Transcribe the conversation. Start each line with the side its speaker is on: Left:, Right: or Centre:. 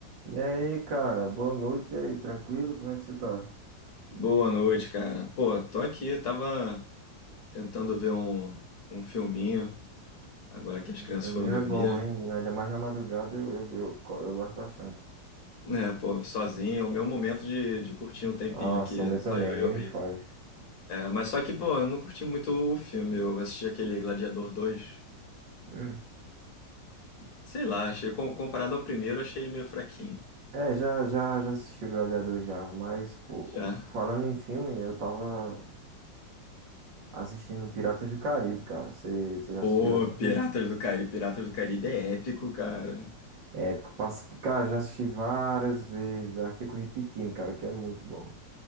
Right: E aí, cara, boa noite e aí, tranquilo? Como é que você tá?
Left: Boa noite, cara. Pô, tô aqui, tava tentando ver um, um filminho, agora que as
Right: O
Left: crianças
Right: filminho
Left: foram dormir.
Right: é bom, hein? Ainda mais na madrugada eu, eu, eu, co- eu gosto bastante.
Left: Né, pô, sozinho, é o meu momento de, de curtir um tempinho
Right: Nossa,
Left: aqui,
Right: o meu
Left: só
Right: também,
Left: eu
Right: nem
Left: e eu
Right: me
Left: mesmo.
Right: fale.
Left: É, mas só que, pô, eu não curti muito o filme, eu assisti aquele Gladiador dois
Right: Hum.
Left: sei lá, achei, com- comparado ao primeiro, achei ele meio fraquinho.
Right: É, já, já, já assisti o Gladiador já, mas, tipo,
Left: Já.
Right: falando em filme, eu tava assistindo Piratas do Caribe, cara. Você, você já
Left: Pô,
Right: assistiu? Assistir?
Left: Piratas do Caribe, Piratas do Caribe é épico, cara. <laughs>
Right: É, porque, passa- cara, já assisti várias vezes, aí eu fico repetindo, cara, que é muito bom.